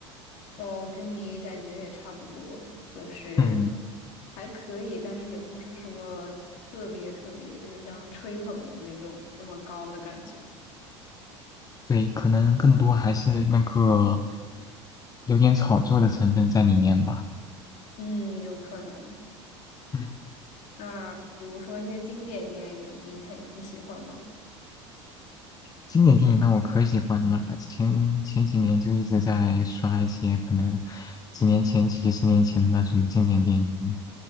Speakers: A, on the left (about 50°); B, on the left (about 25°).
A: 哦，跟你感觉也差不多，就是
B: 嗯，
A: 还可以，但是也不是说特别特别，就是像吹捧的那种那么高的感觉。
B: 对，可能更多还是那个有点炒作的成分在里面吧。
A: 嗯，有可能。
B: 嗯。
A: 那比如说一些经典电影，你很你喜欢吗？
B: 经典电影那我可喜欢了，前前几年就一直在刷一些可能几年前、几十年前的那种经典电影，